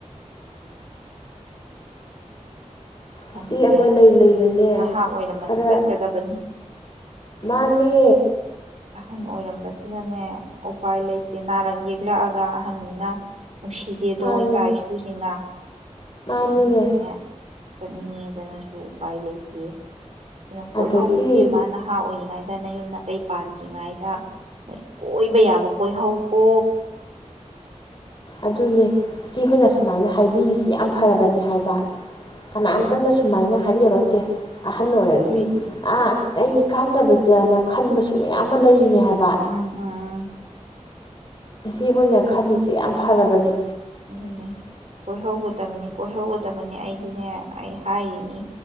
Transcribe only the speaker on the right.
ꯍꯥꯏꯗꯤꯅꯦ
ꯑꯗꯨꯝ ꯅꯍꯥ ꯑꯣꯏꯔꯝꯃꯗꯤ
ꯆꯠꯀꯗꯕꯅꯤ
ꯑꯍꯟ ꯑꯣꯏꯔꯝꯕꯁꯤꯗꯅꯦ ꯎꯄꯥꯏ ꯂꯩꯇꯦ ꯅꯥꯔꯛ ꯌꯦꯛꯂꯛꯑꯒ ꯑꯍꯟꯅꯤꯅ ꯅꯨꯡꯁꯤꯗꯦꯗꯣ
ꯏꯆꯥ ꯏꯁꯨꯁꯤꯡꯅ
ꯑꯗꯨꯅꯦ ꯆꯅꯤ ꯇꯅꯁꯨ ꯎꯥꯏ ꯂꯩꯦꯈꯤꯦ ꯑꯗꯨꯅ ꯀꯣꯏꯍꯧꯕ
ꯏꯕꯦꯝꯃ ꯅꯍꯥ ꯑꯣꯏꯅ ꯀꯉꯗꯅ ꯌꯨꯝꯗ ꯀꯩ ꯄꯥꯟꯗ꯭ꯔꯤꯉꯩꯗ ꯀꯣꯏꯕ ꯌꯥꯕ ꯀꯣꯏꯍꯧꯀꯣ
ꯎꯝ
ꯎꯝ
ꯑꯁ ꯑꯩꯗꯤ
ꯎꯝ ꯎꯝ ꯎꯝ
ꯑꯗꯨꯅꯦ ꯀꯣꯏꯍꯧꯒꯗꯕꯅꯤ ꯀꯣꯏꯍꯧꯒꯗꯕꯅꯤ ꯑꯩꯗꯤꯅꯦ ꯑꯩ ꯍꯥꯏꯔꯤꯅꯤ